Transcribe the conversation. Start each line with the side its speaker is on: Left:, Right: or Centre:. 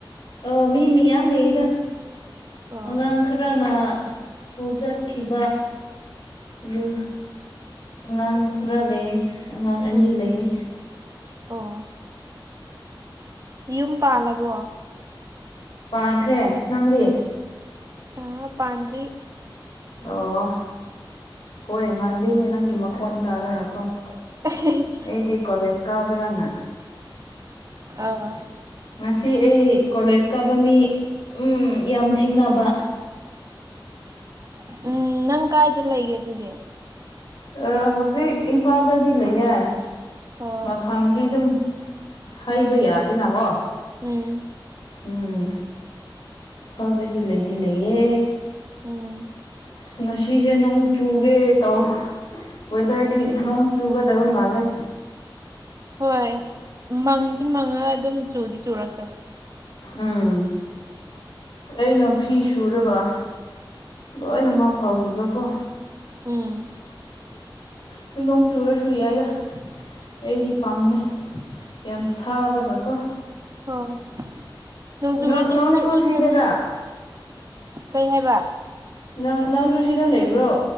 Left: ꯑꯣ ꯃꯤ ꯃꯤꯌꯥꯝ ꯂꯩꯗ
Right: ꯑꯣ
Left: ꯑꯉꯥꯡ ꯈꯔꯅ ꯍ ꯆꯠꯈꯤꯕ ꯑꯗꯨ ꯑꯉꯥꯡ ꯈꯔ ꯂꯩ ꯑꯉꯥꯡ ꯑꯅꯤ
Right: ꯎꯝ
Left: ꯂꯩꯌꯦ
Right: ꯑꯣ ꯌꯨꯝ ꯄꯥꯜꯂꯕꯣ
Left: ꯄꯥꯟꯈ꯭ꯔꯦ ꯅꯪꯗꯤ
Right: ꯑ ꯄꯥꯟꯗꯔꯤ
Left: ꯑꯣ ꯍꯣꯏ ꯃꯥꯟꯗꯦꯅꯦ ꯅꯪꯒꯤ ꯃꯈꯣꯟ ꯇꯥꯔꯒ ꯀꫭ
Right: ꯑ <unintelligible>
Left: ꯑꯩꯗꯤ ꯀꯂꯦꯖ ꯀꯥꯕ꯭ꯔꯥꯅ
Right: ꯑ <unintelligible>
Left: ꯉꯁꯤ ꯑꯩ ꯀꯣꯂꯦꯖ ꯀꯥꯕ ꯃꯤ ꯎꯝ ꯌꯥꯝ ꯊꯦꯡꯅꯕ
Right: ꯎꯝ ꯅꯪ ꯀꯥꯏꯗ ꯂꯩꯒꯦ ꯑꯗꯨꯗꯤ
Left: ꯑ ꯍꯧꯖꯤꯛ ꯏꯝꯐꯥꯜꯗꯗꯤ ꯂꯩꯌꯦ
Right: ꯑꯣ
Left: ꯃꯐꯝꯗꯤ ꯑꯗꯨꯝ ꯍꯥꯏꯕ ꯌꯥꯗꯦꯅꯀꯣ
Right: ꯎꯝ
Left: ꯎꯝ ꯏꯝꯐꯥꯜꯗꯗꯤ ꯂꯩꯗꯤ ꯂꯩꯌꯦ
Right: ꯎꯝ
Left: ꯑꯁ ꯉꯁꯤꯁꯦ ꯅꯣꯡ ꯆꯨꯒꯦ ꯇꯧ ꯋꯦꯗꯔꯗꯤ ꯅꯣꯡ ꯆꯨꯒꯗꯕ ꯃꯥꯜꯂꯦ
Right: ꯍꯣꯏ ꯃꯪꯗꯤ ꯃꯪꯉꯥ ꯑꯗꯨꯝ ꯆꯨꯗꯤ ꯆꯨꯔꯛꯇꯕ
Left: ꯎꯝ ꯑꯩꯅ ꯐꯤ ꯁꯨꯔꯒ ꯂꯣꯏꯅꯃꯛ ꯐꯥꯎꯕꯤꯕꯀꯣ
Right: ꯎꯝ
Left: ꯑꯗꯨ ꯅꯣꯡ ꯆꯨꯔꯁꯨ ꯌꯥꯏꯗ ꯑꯩꯗꯤ ꯄꯥꯝꯃꯦ ꯌꯥꯝ ꯁꯥꯕꯒꯀꯣ
Right: ꯍꯣꯏ ꯅꯣꯡ ꯆꯨꯔꯅꯤ
Left: ꯅꯪ ꯅꯪꯁꯨ
Right: ꯈꯔ ꯏꯪꯉꯅꯤ
Left: ꯁꯤꯗꯔ
Right: ꯀꯩ ꯍꯥꯏꯕ
Left: ꯅꯪ ꯅꯪꯁꯨ ꯁꯤꯗ ꯂꯩꯕ꯭ꯔꯣ